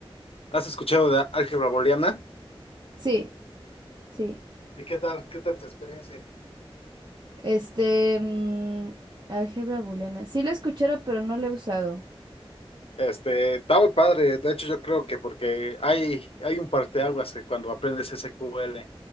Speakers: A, on the left (about 70°); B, on the right (about 50°).
A: has escuchado de álgebra booleana?
B: Sí, sí.
A: ¿Y qué tal, qué tal tu experiencia?
B: Este, mm, álgebra booleana. Sí lo he escuchado pero no lo he usado.
A: Este, está muy padre, de hecho yo creo que porque hay, hay un parteaguas que cuando aprendes SQL,